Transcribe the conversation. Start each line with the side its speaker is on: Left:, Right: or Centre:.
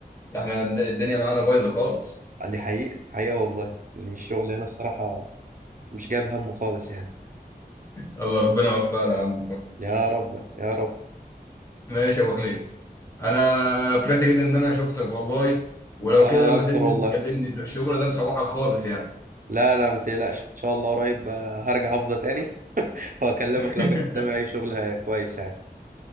Left: احنا الد- الدنيا معانا بايظه خالص
Right: دي حقيقة حقيقة والله يعني الشغل هنا الصراحة مش جايب همه خالص يعني
Left: الله ربنا يوفقنا يا عم
Right: يا رب يا رب
Left: ماشي يا ابو حميد انا فرحت جدا ان انا شفتك والله ولو
Right: أنا
Left: كده لما
Right: أكتر
Left: تنزل
Right: والله
Left: تكلمني ده الشغل ده مسوحك خالص يعني
Right: لا لا ما تقلقش إن شاء الله قريب آه، هرجع أفضى تاني <laughs> وأكلمك
Left: <laughs>
Right: لو جت قدامي أي شغل آه، كويس يعني